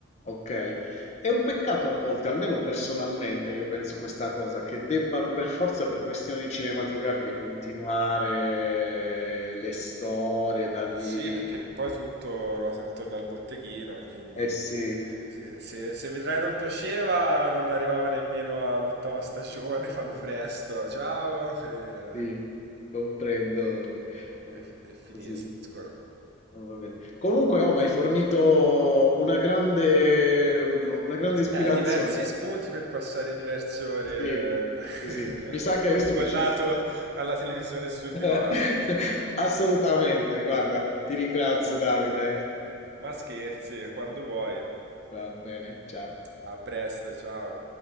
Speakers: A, on the left; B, on the right.
A: Okay. È un peccato a volte, almeno personalmente io penso questa cosa, che debbano per forza per questioni cinematografiche continuare le storie, dargli...
B: Sì, perché poi tutto ruota intorno al botteghino, e quindi
A: Eh sì,
B: se, se- se Vedrai non piaceva, non arrivava nemmeno all'ottava stagione, <laughs> fanno
A: sì, sì,
B: presto, ciao, e,
A: sì, comprendo, eh,
B: e- e finiscono.
A: così. Oh, va bene. Comunque, oh, mi hai fornito una grande, una grande ispirazione.
B: Eh, diversi
A: oh.
B: spunti per passare diverse ore
A: Sì, sì, sì.
B: <laughs>
A: Mi sa che adesso
B: incollato
A: mi ci butto.
B: alla televisione e sul
A: <laughs>
B: divano.
A: Assolutamente, guarda, ti ringrazio Davide.
B: Ma scherzi, quando vuoi.
A: Va bene, ciao.
B: A presto, ciao.